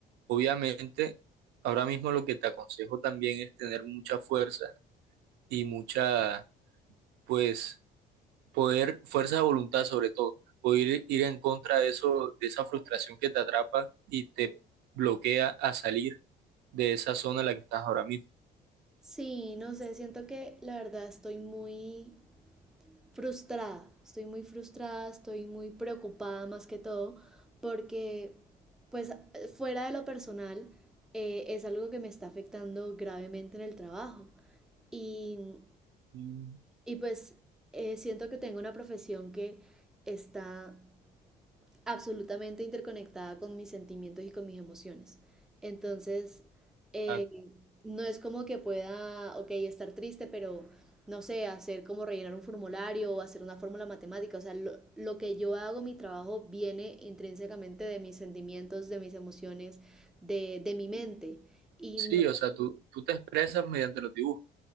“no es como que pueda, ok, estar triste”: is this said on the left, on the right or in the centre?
Centre